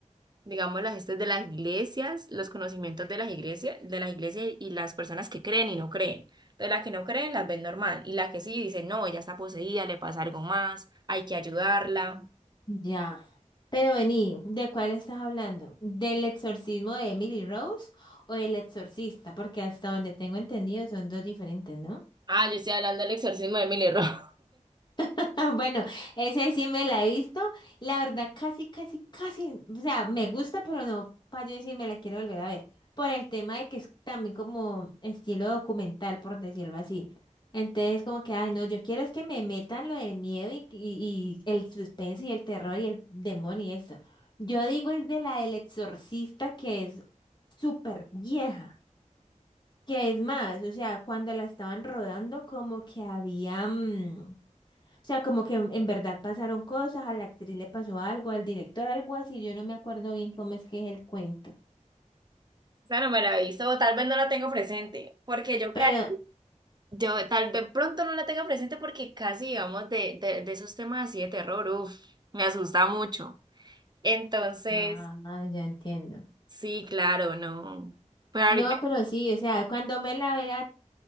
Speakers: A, on the right (about 35°); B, on the left (about 35°).
A: digamos, las estas de las iglesias, los conocimientos de las iglesias, de las iglesias y las personas que creen y no creen. Entonces la que no creen las ven normal y la que sí dice, no, ella está poseída, le pasa algo más, hay que ayudarla.
B: Ya. Pero vení, ¿de cuál estás hablando? ¿Del exorcismo de Emily Rose o del exorcista? Porque hasta donde tengo entendido son dos diferentes, ¿no?
A: Ah, yo estoy hablando del exorcismo de Emily Rose.
B: <laughs> Ah, Bueno, ese sí me la he visto. La verdad, casi, casi, casi, o sea, me gusta, pero no para yo decir me la quiero volver a ver. Por el tema de que es también como estilo documental, por decirlo así. Entonces, como que, ay, no, yo quiero es que me metan lo del miedo y, y- y el suspenso y el terror y el demonio y eso. Yo digo es de la del exorcista que es súper vieja. Que es más, o sea, cuando la estaban rodando, como que había... mm, o sea, como que en, en verdad pasaron cosas, a la actriz le pasó algo, al director algo así, yo no me acuerdo bien cómo es que es el cuento.
A: Esa no me la aviso, o tal vez no la tengo presente, porque yo
B: Pero,
A: casi, yo tal vez pronto no la tenga presente porque casi, digamos, de, de, de esos temas así de terror, uff, me asusta mucho. Entonces,
B: ah, ya entiendo.
A: sí, claro, no. Pero ahorita
B: No, pero sí, o sea, cuando me la vea,